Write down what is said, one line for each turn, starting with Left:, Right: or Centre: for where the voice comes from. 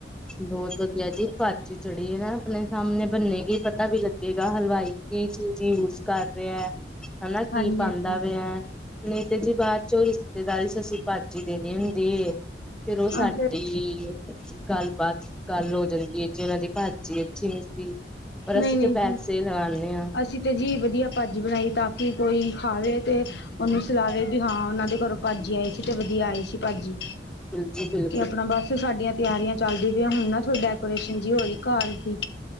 Centre: ਬਹੁਤ ਵਧੀਆ ਜੀ, ਭਾਜੀ ਜੇੜੀ ਨਾ ਆਪਣੇ ਸਾਹਮਣੇ ਬੰਨੇਗੀ ਪਤਾ ਵੀ ਲੱਗੇਗਾ, ਹਲਵਾਈ ਕੀ ਚੀਜ਼ ਯੂਜ ਕਰ ਰਿਹਾ? ਹਨਾ ਕੀ
Left: ਹਾਂਜੀ
Centre: ਪਾਂਦਾ
Left: ਹਾਂਜੀ
Centre: ਪਆ ਐ, ਨੀ ਤੇ ਜੀ ਬਾਦ ਚੋਂ ਤੇ <unintelligible> ਅਸੀਂ ਭਾਜੀ ਦੇਣੀ ਹੁੰਦੀ ਏ ਫਿਰ ਉਹ
Left: ਆ
Centre: ਸਾਡੀ
Left: ਫਿਰ
Centre: ਗੱਲਬਾਤ, ਗੱਲ ਹੋ ਜਾਂਦੀ ਐ, ਜੀ ਉਹਨਾਂ ਦੀ ਭਾਜੀ ਅੱਛੀ ਨੀ ਸੀ। ਪਰ
Left: ਨਹੀਂ
Centre: ਅਸੀਂ
Left: ਨਹੀਂ
Centre: ਤੇ ਪੈਸੇ
Left: ਜੀ
Centre: ਲਗਾਨੇ ਆਂ।
Left: ਅਸੀਂ ਤੇ ਜੀ ਵਧੀਆ ਭਾਜੀ ਬਨਾਈ ਤਾਂ ਕਿ ਕੋਈ ਖਾਵੇ ਤੇ ਉਹਨੂੰ ਸਲਾਵੇ ਵੀ ਹਾਂ ਉਹਨਾਂ ਦੇ ਘਰੋਂ ਭਾਜੀ ਆਈ ਸੀ ਤੇ ਵਧੀਆ ਆਈ ਸੀ ਭਾਜੀ।
Centre: ਬਿਲਕੁਲ, ਬਿਲ
Left: ਤੇ ਆਪਣਾ ਬਸ ਸਾਡੀਆਂ ਤਿਆਰੀਆਂ ਚੱਲਦੀ ਪਈਆਂ, ਹੁਣ ਨਾ ਥੋੜੀ ਡੈਕੋਰੇਸ਼ਨ ਜੀ ਹੋਈ ਘਰ ਦੀ।